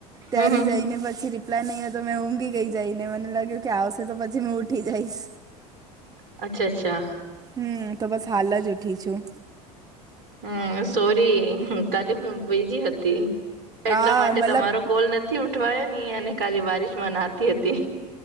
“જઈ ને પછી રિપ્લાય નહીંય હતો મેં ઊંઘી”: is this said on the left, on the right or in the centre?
Right